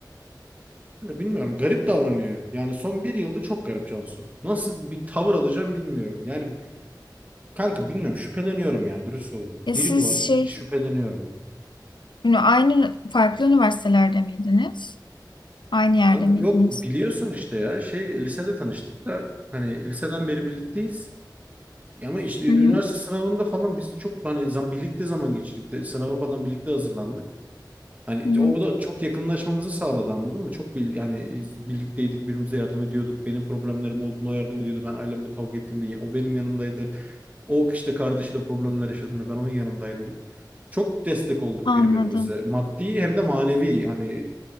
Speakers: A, on the right (about 20°); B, on the left (about 80°).
A: bilmiyorum, bilmiyorum. Garip davranıyor. Yani son bir yılda çok garip Cansu. Nasıl bir tavır alacağım bilmiyorum. Yani Kanka bilmiyorum şüpheleniyorum ya dürüst olayım.
B: E
A: Biri
B: siz
A: mi var
B: şey
A: şüpheleniyorum ya.
B: yani aynı farklı üniversitelerde miydiniz? Aynı yerde
A: Kanka
B: miydiniz?
A: yok biliyorsun işte ya şey lisede tanıştık da hani liseden beri birlikteyiz. Ama işte ün-
B: Hı hı.
A: üniversite sınavında falan biz çok hani zam, birlikte zaman geçirdik de sınava falan birlikte hazırlandık. Hani
B: Hı hı.
A: o da çok yakınlaşmamızı sağladı anladın mı? Çok bir, hani biz birlikteydik birbirimize yardım ediyorduk. Benim problemlerim olduğunda o yardım ediyordu. Ben ailemle kavga ettiğimde ya- o benim yanımdaydı. O işte kardeşiyle problemler yaşadığında ben onun yanındaydım. Çok destek olduk
B: Anladım.
A: birbirimize. Maddi hem de manevi. Hani